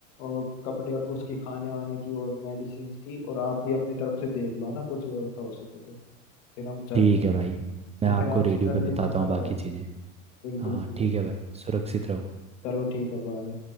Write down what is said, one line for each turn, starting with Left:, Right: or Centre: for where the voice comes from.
Left: और कपड़े उसकी खाने वाने की और मेडिसिन की और आप भी अपनी तरफ से देख लो ना कुछ व्यवस्था हो सके तो फिर हम चलते
Right: ठीक
Left: हैं
Right: है भाई मैं
Left: मैं
Right: आपको
Left: फिर आपसे
Right: रेडियो
Left: जल्दी
Right: पे बताता
Left: संपर्क
Right: हूँ बाकी
Left: कर लूँ
Right: चीज़ें
Left: बिल्कुल
Right: हाँ
Left: बिल्कुल
Right: ठीक है भाई सुरक्षित रहो
Left: चलो ठीक है बाय